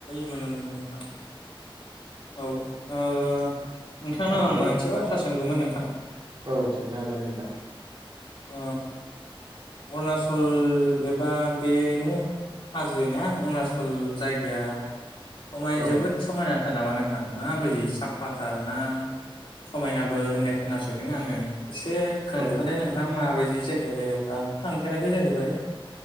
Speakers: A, on the left; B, on the right.
A: नुनो मोनो नोंथां। औ ओह नोंथांनाव
B: दायो
A: आं मोनसे बाथ्रा सों नोंगौमोन नोंथां।
B: औ सोंनो हागोन नोंथां।
A: ओ अरुणाचल एबा बेनो हाजोना अरुणचल जायगा गाया सममायना
B: औ
A: जोबोद समायनाथार नामा नों थां माबायदि साफाथार ना समायनाबो होननाय खोनासोदों आङो। एसे खोन्थालाय
B: औ
A: नोंथां मादि। जि जायगा जायगाफोरा्आंथ' थांफेराखै जाहैबाय